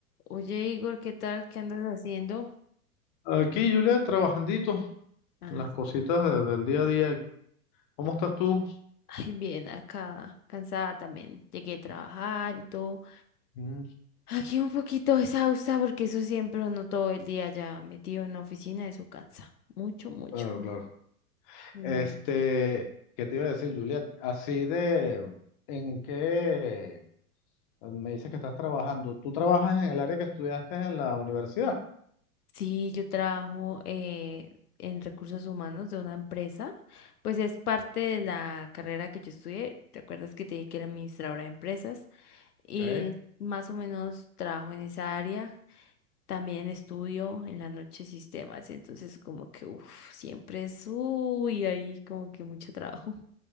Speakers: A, on the left; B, on the left.
A: Oye, Igor, ¿qué tal? ¿Qué andas haciendo?
B: Aquí, Julia, trabajandito,
A: Ah,
B: las cositas
A: sí.
B: de- del día a día. ¿Cómo estás tú?
A: ay, bien, acá, cansada también. Llegué a trabajar y todo.
B: Mm,
A: Aquí un poquito exhausta porque eso siempre uno todo el día ya metido en la oficina, eso cansa. Mucho, mucho.
B: claro, claro.
A: Mm.
B: Este, ¿qué te iba a decir, Juliet? Así de, ¿en qué me dices que estás trabajando? ¿Tú trabajas en el área que estudiaste en la universidad?
A: Sí, yo trabajo eh, en recursos humanos de una empresa. Pues es parte de la carrera que yo estudié. ¿Te acuerdas que te dije que era administradora de empresas? Y
B: Ok.
A: más o menos trabajo en esa área. También estudio en la noche sistemas, entonces como que uf, siempre es, uy, ahí como que mucho trabajo,